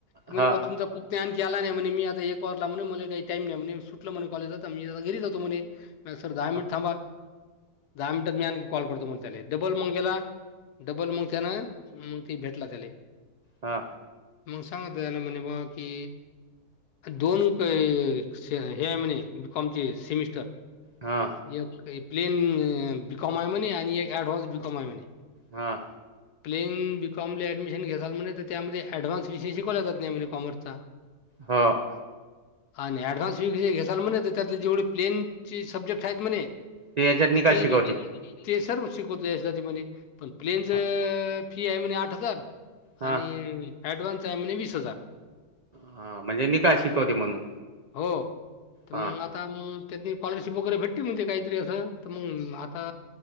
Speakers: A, on the left; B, on the right.
A: क म्हणे
B: हा
A: बा तुमचा ज्ञान केला नाही म्हणे मी आता एक वारला म्हणे मला काही टाईम नाही म्हणे सुटलं म्हणे कॉलेजातता मी आता घेरी जातो म्हणे म सर दहा
B: हा
A: मिनट थांबा दहा मिनट म कॉल करतो मग त्या डबल मग गेला डबल मग त्यान मग ते भेटला त्याला
B: हा
A: मंग सांता आन म्हणे बा की दोन कोयी हे म्हणे बी कॉमचे सेमिस्टर
B: हा
A: एक प्लेन बि कॉम आय म्हणे आणि एक ऍडव्हान्स बी कॉमय म्हणे
B: हां
A: प्लेइंग बी कॉमला ऍडमिशन घेसाल म्हण तर त्यामध्ये ॲडव्हान्स विषय शिकवला जात नाही म्हणे कॉमर्सचा <unintelligible>
B: हा व
A: आणि ऍडव्हान्स विषय घेसाल म्हणे तर त्यातले जेवढे प्लेन चे सब्जेक्ट आहेत म्हणे
B: ते याच्यात निकाल
A: ते
B: शिकवते
A: ते सर्व शिकवत या जाती म्हणे पण प्लेनचं
B: हा
A: फी आहे म्हने आठ हजार
B: हा
A: आणि ॲडव्हान्स आहे म्हणे वीस हजार
B: हा, म्हणजे निकाल शिकवते म्हणून
A: हो तर
B: हा
A: मग आ ता मग त्यानी कॉलरशिप वगैरे भेटली म्हणजे काहीतरी असं तर मग आता